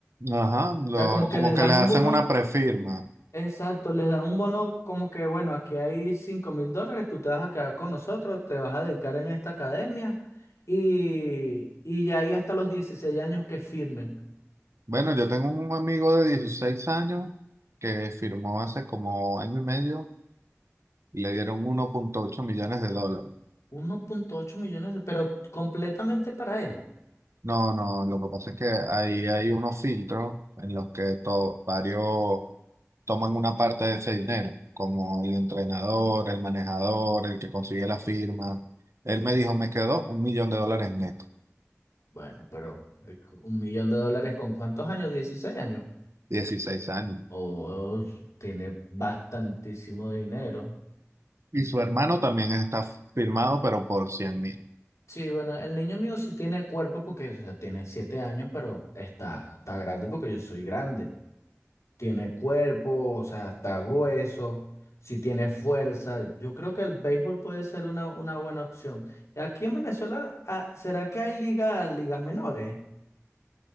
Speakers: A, on the right (about 65°); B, on the left (about 70°).
A: Ajá, lo-
B: O sea, como que
A: como
B: les
A: que
B: dan
A: le
B: un
A: hacen
B: bono,
A: una prefirma.
B: exacto, les dan un bono como que, bueno, aquí hay cinco mil dólares, tú te vas a quedar con nosotros, te vas a dedicar en esta academia y, y ya ahí hasta los 16 años que firmen.
A: Bueno, yo tengo un amigo de 16 años que firmó hace como año y medio y le dieron uno punto ocho millones de dólares.
B: uno punto ocho millones, de- pero completamente para él.
A: No, no, lo que pasa es que ahí hay unos filtros en los que to- varios toman una parte de ese dinero, como el entrenador, el manejador, el que consigue la firma. Él me dijo, me quedó un millón de dólares neto,
B: Bueno, pero eh, co- un millón de dólares con cuántos años, 16 años.
A: 16 años.
B: Oh, tiene bastantísimo dinero. Mm,
A: Y su hermano también está firmado, pero por cien mil.
B: Sí, bueno, el niño mío sí tiene cuerpo porque o sea, tiene siete años, pero está, está grande porque yo soy grande. Tiene cuerpo, o sea, está grueso, sí tiene fuerza. Yo creo que el béisbol puede ser una, una buena opción. Aquí en Venezuela, ah, ¿será que hay ligas, ligas menores?